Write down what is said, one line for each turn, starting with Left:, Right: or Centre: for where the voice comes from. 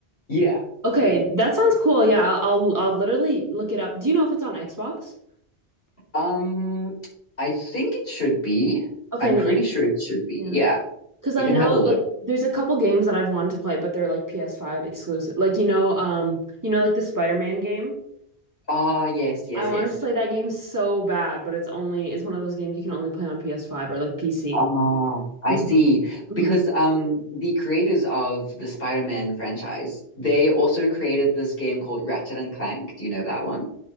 Left: yeah,
Right: Okay,
Left: yeah.
Right: that sounds cool. Yeah, I'll I'll literally look it up. Do you know if it's on Xbox?
Left: Um, I think it should be.
Right: Okay,
Left: I'm
Right: nice.
Left: pretty sure it should be.
Right: Yeah.
Left: Yeah,
Right: Because
Left: you
Right: I
Left: can
Right: know
Left: have a look.
Right: like there's a couple games that I've wanted to play, but they're like PS5 exclusive. Like you know, um, you know, like the Spider-Man game.
Left: Ah, yes, yes,
Right: I wanted
Left: yes.
Right: to play that game so bad, but it's only it's one of those games you can only play on PS5 or like PC.
Left: Ah, I
Right: hmm
Left: see.
Right: hmm
Left: Because um, the creators of the Spider-Man franchise, they also created this game called Ratchet and Clank. Do you know that one?